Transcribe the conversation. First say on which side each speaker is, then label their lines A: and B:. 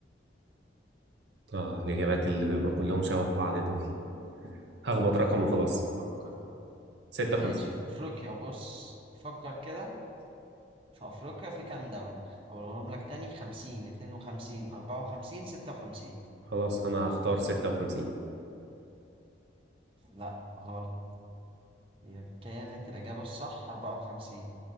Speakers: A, on the right; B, on the right.
A: اه الإجابات اللي بيبقى كلهم شبه بعض دول هخبط رقم وخلاص
B: فكر بقى
A: 56
B: ماشي في افريقيا بص فكر كده في أفريقيا في كام دولة؟ أقولهم لك تاني 50 52 54 56
A: خلاص أنا هختار 56
B: لا غلط هي كانت الإجابة الصح 54